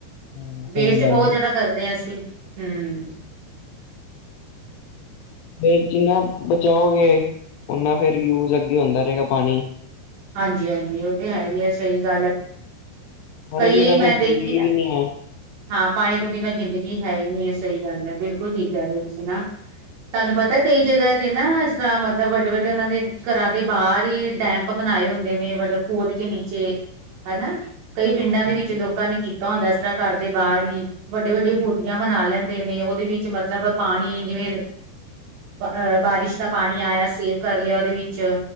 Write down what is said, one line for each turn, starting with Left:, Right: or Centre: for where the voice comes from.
Left: ਹਾਂ ਸਹੀ
Right: ਵੇਸਟ
Left: ਗੱਲ
Right: ਬਹੁਤ
Left: ਏ,
Right: ਜਿਆਦਾ ਕਰਦੇ ਆਂ, ਅਸੀਂ, ਹੂੰ।
Left: ਫੇਰ ਜਿੰਨਾ ਬਚਾਓਗੇ ਓਨਾਂ ਫੇਰ ਯੂਜ ਅੱਗੇ ਹੋਂਦਾ ਰਹੇਗਾ, ਪਾਣੀ।
Right: ਹਾਂਜੀ-ਹਾਂਜੀ ਉਹ ਤੇ ਹੈਹੀ ਏ, ਸਹੀ ਗੱਲ ਏ,
Left: ਪਾਣੀ
Right: ਕਈ
Left: ਬਿਨਾਂ ਫਿਰ
Right: ਮੈਂ ਦੇਖੀ
Left: ਜ਼ਿੰਦਗੀ ਵੀ
Right: ਐ
Left: ਨੀ ਹੈ।
Right: ਹਾਂ ਪਾਣੀ ਤੋਂ ਬਿਨਾਂ ਜ਼ਿੰਦਗੀ ਹੈਹੀ ਨਹੀਂ, ਸਹੀ ਗੱਲ ਐ, ਬਿਲਕੁਲ ਠੀਕ ਕਹਿ ਰਹੇ ਹੋ, ਤੁਸੀਂ ਨਾ। ਤੁਹਾਨੂੰ ਪਤਾ ਕਈ ਜਗ੍ਹਾ ਤੇ ਨਾ, ਇਸ ਤਰ੍ਹਾਂ ਮਤਲਬ ਵੱਡੇ-ਵੱਡੇ ਉਹਨਾਂ ਦੇ ਘਰਾਂ ਦੇ ਬਾਹਰ ਹੀ ਡੈਮ ਬਣਾਏ ਹੁੰਦੇ ਨੇ, ਮਤਲਬ ਖੋਦਕੇ ਨੀਚੇ ਹਨਾ। ਕਈ ਪਿੰਡਾਂ ਦੇ ਵਿੱਚ
Left: ਹਾਂਜੀ,
Right: ਲੋਕਾਂ ਨੇ ਕੀਤਾ ਹੁੰਦਾ ਇਸ ਤਰ੍ਹਾਂ ਘਰ ਦੇ ਬਾਹਰ ਹੀ ਵੱਡੇ-ਵੱਡੇ ਹੋਦੀਆਂ ਬਣਾ ਲੈਂਦੇ ਨੇ, ਉਹਦੇ ਵਿੱਚ ਮਤਲਬ ਪਾਣੀ, ਜਿਵੇਂ ਅ ਬਾਰਿਸ਼ ਦਾ ਪਾਣੀ ਆਇਆ, ਸੇਵ ਕਰ ਲਿਆ ਉਹਦੇ ਵਿੱਚ,